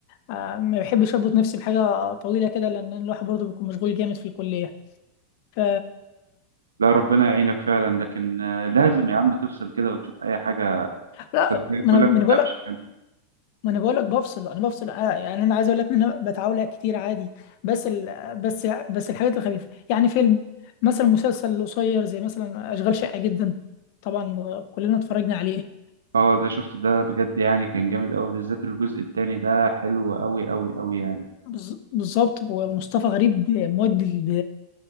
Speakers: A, on the left; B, on the right.
A: آه، ما بحبش اربط نفسي بحاجه طويله كده لان الواحد برضه بيكون مشغول جامد في الكليه ف
B: لا ربنا يعينك فعلا لكن آه، لازم يا عم تفصل كده وتشوف اي حاجه
A: لا
B: الحياه
A: ما
B: كلها
A: انا ما
B: مش
A: انا بقول
B: قفش
A: لك
B: يعني
A: ما انا بقول لك بفصل انا بفصل آه، يعني انا عايز اقول لك ان انا بتعاول كتير عادي بس ال... بس بس الحاجات الخفيفه يعني فيلم مثلا مسلسل قصير زي مثلا اشغال شقه جدا طبعا كلنا اتفرجنا عليه
B: اه ده شفت ده بجد يعني كان جامد قوي بالذات الجزء التاني ده حلو قوي قوي قوي يعني
A: بز- بالظبط ومصطفى غريب مودي ال-